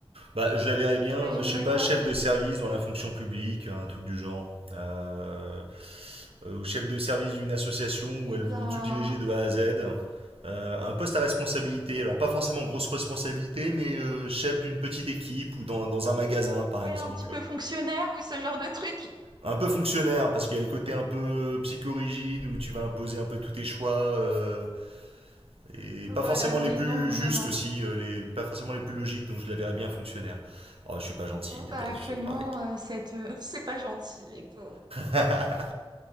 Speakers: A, on the right (about 75°); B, on the right (about 45°).
A: Bah, je la verrais bien,
B: T'imaginerais
A: euh, je sais pas,
B: quoi?
A: chef de service dans la fonction publique, un truc du genre. Euh, euh, ou chef de service d'une association
B: Eh
A: où elle
B: bien,
A: veut tout diriger de A à Z. Euh, un poste à responsabilité, alors pas forcément grosse responsabilité, mais euh, chef d'une petite équipe ou dans, dans un magasin par
B: ouais,
A: exemple.
B: un petit peu fonctionnaire ou ce genre de truc.
A: Un peu fonctionnaire, parce qu'il y a le côté un peu psychorigide où tu vas imposer un peu tous tes choix, euh, et
B: Voilà,
A: pas forcément
B: mais
A: les plus
B: non, non,
A: justes
B: non.
A: aussi, euh, les, pas forcément les plus logiques, donc je la verrais bien fonctionnaire. Oh, je suis pas gentil
B: Non,
A: de
B: bah
A: dire
B: actuellement,
A: des choses pareilles.
B: euh, cette, euh, <laughs> c'est pas gentil, les pauvres.
A: <laughs>